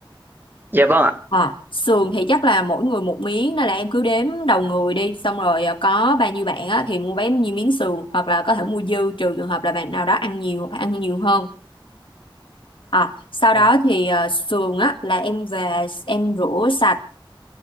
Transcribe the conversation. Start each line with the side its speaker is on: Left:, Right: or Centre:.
Right: Dạ vâng ạ.
Left: Ờ Sườn thì chắc là mỗi người một miếng Nên là em cứ đếm đầu người đi Xong rồi ờ, có bao nhiêu bạn á, thì mua bấy nhiêu miếng sườn Hoặc là có thể mua dư Trừ trường hợp là bạn nào đó ăn nhiều Ăn nhiều hơn À, sau
Right: Dạ,
Left: đó thì ờ, sườn á là em về em rửa sạch